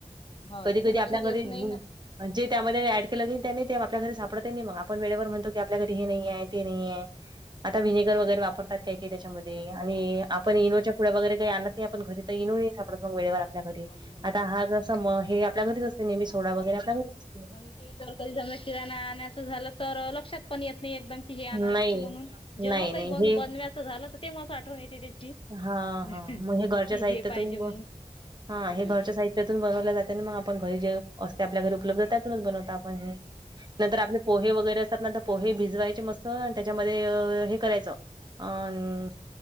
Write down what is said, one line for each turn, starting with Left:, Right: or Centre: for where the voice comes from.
Left: हो
Right: कधी
Left: ते
Right: कधी
Left: लक्षात
Right: आपल्या
Left: येत
Right: घरी
Left: नाही ना.
Right: जे त्यामध्ये ऍड केलं गी त्या नाही ते आपल्या घरी सापडत ही नाही मग आपण वेळेवर म्हणतो की आपल्या घरी हे नाही आहे ते नाही आहे आता व्हिनेगर वगैरे वापरतात ते काय? त्याच्यामध्ये आणि आपण इनोच्या पुढ्या वगैरे काही आणत नाही. आपण घरी तर इनो सापडतं मग वेळेवर आपल्या
Left: नाही
Right: घरी.
Left: नाही.
Right: आता हा, गस म हे आपल्या घरीच असते नेहमी. सोडा वगैरे आपल्या घरीच असते.
Left: आणि जर कधी समजा किराणा आणायचं झालं, तर लक्षात पण येत नाही एकदम. हे आणा लागते,
Right: नाही
Left: म्हणून जेव्हा
Right: नाही
Left: काही
Right: नाही
Left: ब
Right: हे
Left: बनव्याचं झालं, तर तेव्हाच आठवण येते त्याची.
Right: हा,
Left: कि
Right: हा! मग हे घरच्या साहित्यातून,
Left: हे पाहिजे म्हणून
Right: हा हे
Left: ह
Right: घरच्या साहित. त्यातून बनवल्या जाते आणि मग आपण घरी जे असते, आपल्या घरी उपलब्ध त्यातूनच बनवत आपण हे. नाहीतर आपले पोहे वगैरे. पोहे भिजवायचे मस्त. त्याच्यामध्ये हे, आ. करायचं अं.